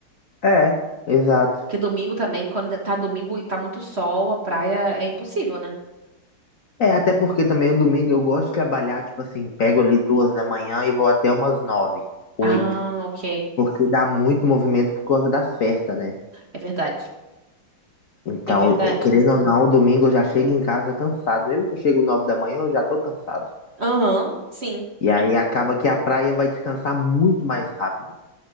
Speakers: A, on the left; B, on the right.
A: É, exato.
B: Porque domingo também, quando tá domingo e tá muito sol, a praia é impossível, né?
A: É, até porque também o domingo eu gosto de trabalhar, tipo assim, pego ali duas da manhã e vou até umas nove, oito.
B: Ah, ok.
A: Porque dá muito movimento por causa das festas, né?
B: É verdade.
A: Então,
B: É verdade.
A: eh, querendo ou não, domingo eu já chego em casa cansado. Mesmo que eu chego nove da manhã, eu já tô cansado.
B: Aham, sim.
A: E aí acaba que a praia vai descansar muito mais rápido.